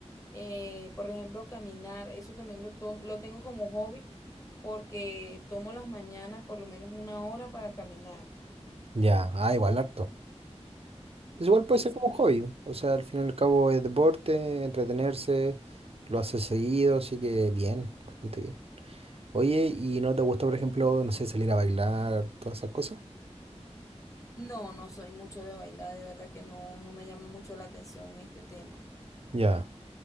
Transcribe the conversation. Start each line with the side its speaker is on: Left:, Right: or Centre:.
Left: eh, por ejemplo, caminar, eso también lo, to- lo tengo como hobby porque tomo las mañanas por lo menos una hora para caminar.
Right: ya, ah, igual harto. Entonces igual
Left: Sí.
Right: puede ser como un hobby. O sea, al fin y al cabo es deporte, entretenerse, lo hace seguido, así que bien, bastante bien. Oye, ¿y no te gusta, por ejemplo, no sé, salir a bailar, todas esas cosas?
Left: No, no soy mucho de bailar, de verdad que no, no me llama mucho la atención este tema.
Right: Ya.